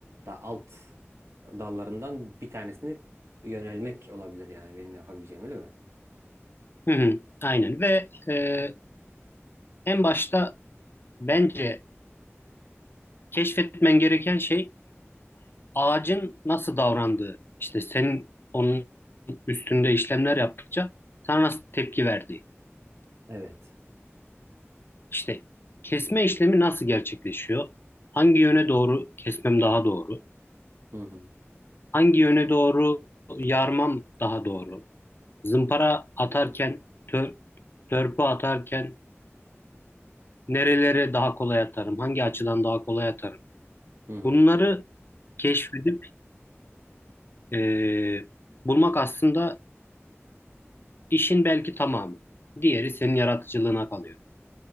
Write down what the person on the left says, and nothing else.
Hı hı, aynen ve e, en başta bence keşfetmen gereken şey ağacın nasıl davrandığı. İşte senin onun üstünde işlemler yaptıkça sana nasıl tepki verdiği.
İşte kesme işlemi nasıl gerçekleşiyor? Hangi yöne doğru kesmem daha doğru?
Hangi yöne doğru yarmam daha doğru? Zımpara atarken, tö- törpü atarken nerelere daha kolay atarım? Hangi açıdan daha kolay atarım?
Bunları keşfedip eee, bulmak aslında işin belki tamamı. Diğeri senin yaratıcılığına kalıyor.